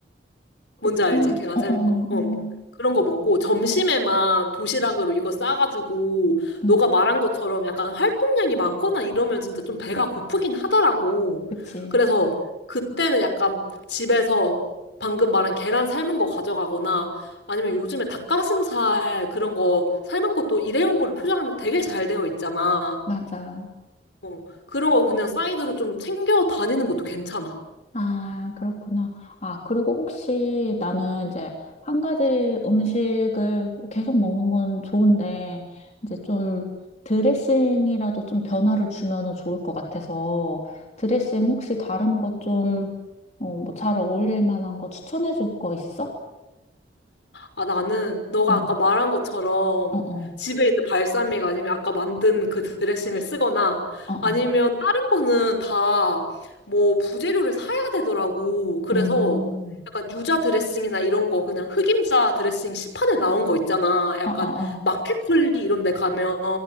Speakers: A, on the left; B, on the left.
A: 그렇구나.
B: 뭔지 알지? 계란
A: 어,
B: 삶은
A: 어,
B: 거. 어.
A: 어.
B: 그런 거 먹고 점심에만 도시락으로 이거 싸가지고
A: 응,
B: 너가 말한 것처럼 약간 활동량이 많거나 이러면 진짜 좀 배가 고프긴 하더라고.
A: 그치.
B: 그래서 그때는 약간 집에서 방금 말한 계란 삶은 거 가져가거나 아니면 요즘에 닭가슴살 그런 거 삶은 것도 일회용으로 포장 되게 잘 되어 있잖아.
A: 맞아.
B: 어, 그런 거 그냥 사이드로 좀 챙겨 다니는 것도 괜찮아.
A: 아, 그렇구나. 아, 그리고 혹시 나는 이제 한 가지 음식을 계속 먹는 건 좋은데, 이제 좀 드레싱이라도 좀 변화를 주면은 좋을 것 같아서, 드레싱 혹시 다른 거 좀, 어, 뭐 잘 어울릴 만한 거 추천해 줄 거 있어?
B: 아, 나는 너가
A: 응,
B: 아까 말한 것처럼
A: 어, 어,
B: 집에 있는 발사믹 아니면 아까 만든 그 드레싱을 쓰거나
A: 어, 어,
B: 아니면 다른 거는 다 뭐 부재료를 사야 되더라고. 그래서
A: 음,
B: 약간 유자 드레싱이나 이런 거 그냥 흑임자 드레싱 시판에 나온 거 있잖아. 약간
A: 어, 어,
B: 마켓컬리 이런 데 가면